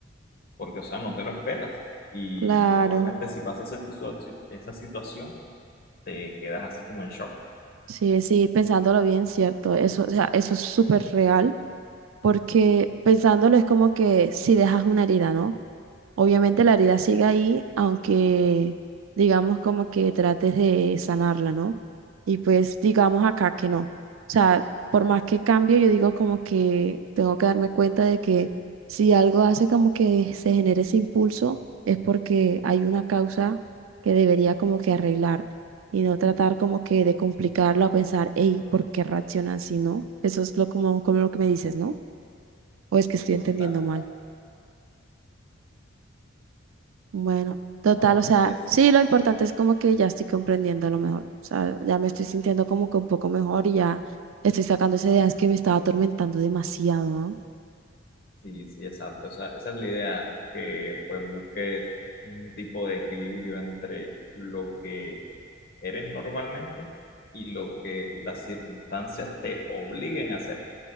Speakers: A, on the left (about 50°); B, on the right (about 85°).
A: porque, o sea, no te lo esperas. Y
B: claro.
A: normalmente si pasa esa, esa situación, te quedas así como en shock.
B: Sí, sí, pensándolo bien, cierto. Eso, o sea, eso es súper real, porque pensándolo es como que si dejas una herida, ¿no? Obviamente la herida sigue ahí, aunque digamos como que trates de sanarla, ¿no? Y pues digamos acá que no. O sea, por más que cambio, yo digo como que tengo que darme cuenta de que si algo hace como que se genere ese impulso, es porque hay una causa que debería como que arreglar y no tratar como que de complicarlo a pensar, hey, ¿por qué reacciona así, no? Eso es lo como, como lo que me dices, ¿no? O es que estoy
A: Mm,
B: entendiendo
A: Claro,
B: mal.
A: claro.
B: Bueno, total,
A: No, no,
B: o sea,
A: es
B: sí, lo importante es como que ya estoy comprendiendo lo mejor, o sea, ya me estoy sintiendo como que un poco mejor y ya estoy sacando esas ideas que me estaba atormentando demasiado, ¿no?
A: Sí, sí, exacto. Esa, esa es la idea, que pues busques un tipo de equilibrio entre lo que eres normalmente y lo que las circunstancias te obliguen a hacer.